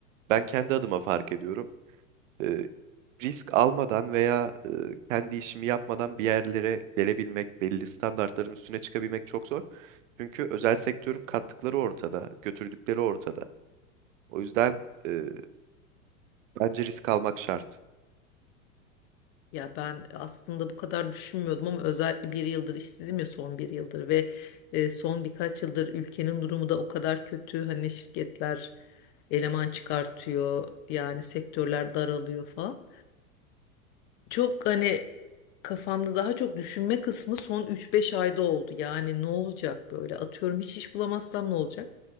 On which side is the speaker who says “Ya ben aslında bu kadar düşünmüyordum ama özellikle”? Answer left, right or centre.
Left